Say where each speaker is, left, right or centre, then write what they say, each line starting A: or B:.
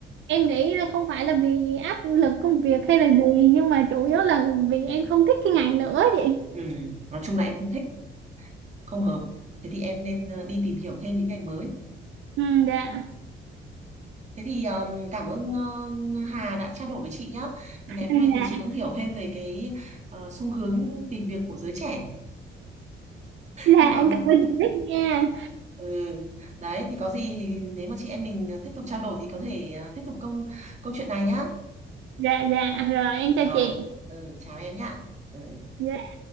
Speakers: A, on the right; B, on the right.
A: em nghĩ là không phải là vì áp lực công việc hay là gì nhưng mà chủ yếu là vì em không thích cái ngành nữa chị.
B: ừ. nói chung là em không thích không hợp thế thì em nên ờ, đi tìm hiểu thêm những ngành mới
A: Ừ, dạ.
B: thế thì ờ, cảm ơn ờ, Hà đã trao đổi với chị nhá thì
A: <laughs>
B: ngày hôm nay thì chị cũng hiểu thêm về cái ờ, xu hướng tìm việc của giới trẻ
A: Dạ,
B: hy
A: dạ
B: vọng
A: em cảm ơn chị biết nha.
B: Ừ. Đấy thì có gì thì nếu mà chị em mình à, tiếp tục trao đổi thì có thể à, tiếp tục câu câu chuyện này nhá.
A: Dạ dạ rồi em
B: Rồi,
A: chào chị.
B: ừ, chào em nhá. Ừ.
A: Dạ.